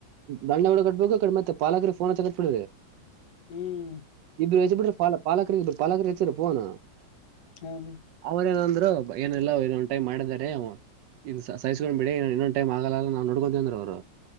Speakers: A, on the right; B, on the left.
A: ದಂಡ ಗುಡ ಕಟ್ಬೇಕು ಬೇಕು ಮತ್ತೆ ಪಾಲಕ್ರ ಫೋನ್ ಹಚ್ಚಕತ
B: ಹ್ಮ್
A: ಇಬ್ರು ಹಚ್ಚಿ ಬಿಟ್ರಿ ಪಾಲ ಪಾಲಕರಿಗೆ ಪಾಲಕರಿಗೆ ಹಚ್ಚಿದ್ರು ಫೋನ್
B: ಹಾ ಬಿ
A: ಅವ್ರು ಏನ್ ಅಂದ್ರು ಏನಿಲ್ಲ ಏನೋ ಒಂದು ಟೈಮ್ ಮಾಡಿದರೆ ಇವು ಸಹಿಸ್ಕೊಂಡ್ ಬಿಡಿ ಇನ್ನೊಂದು ಟೈಮ್ ಆಗಲ್ಲ ನಾವ್ ನೋಡ್ಕೊಂತಿವಿ ಅಂದ್ರ ಅವ್ರು